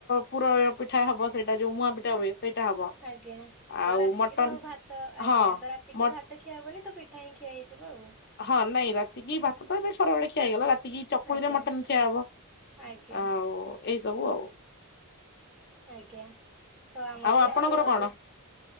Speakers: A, on the left (about 50°); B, in the centre.
A: ପୁର ପିଠା ହବ ସେଇଟା ଯୋଉ ମୁୂଆଁ ପିଠା ହୁଏ। ସେଇଟା ହବ।
B: ଆଜ୍ଞା!
A: ଆଉ
B: ତ ରାତିକି
A: ମଟନ
B: ତ ଭାତ,
A: ହଁ
B: ଆଜ୍ଞା! ତ ରାତିକି
A: ମ
B: ଭାତ ତ ଖିଆ ହବନି ତ ପିଠା ହିଁ ଖିଆ ହେଇଯିବ ଆଉ
A: ହଁ, ନାଇଁ ରାତିକି ଭାତ ତ ଏବେ ଖରା ବେଳେ ଖିଆହେଇଗଲା। ରାତିକି ଚକୁଳି
B: ଆଜ୍ଞା
A: ରେ ମଟନ ଖିଆ ହବ।
B: ଆଜ୍ଞା
A: ଆଉ ଏଇ ସବୁ ଆଉ
B: ଆଜ୍ଞା ତ ଆମର
A: ଆଉ
B: ବି
A: ଆପଣଙ୍କର
B: ଏଠି ଯୋଉ ରଜ
A: କଣ?